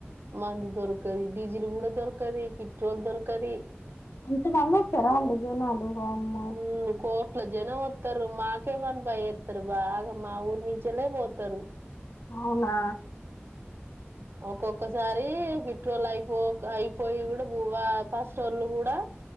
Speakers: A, on the right; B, on the left.
A: మందు దొరక కల్ డీజల్ కూడా దొరకది పెట్రోల్ దొరకది
B: అంత మందోస్తారండీ జనాలు అమ్మ
A: ఉమ్ కోట్ల జనం వస్తారు మాకేమని భయ వస్తారు బాగా మా ఊరు మించలే పోతరు
B: అవునా
A: ఒక్కొక్కసారి పైట్రోలుయిపో అయిపోయి కూడా పసరోళ్ళు కూడా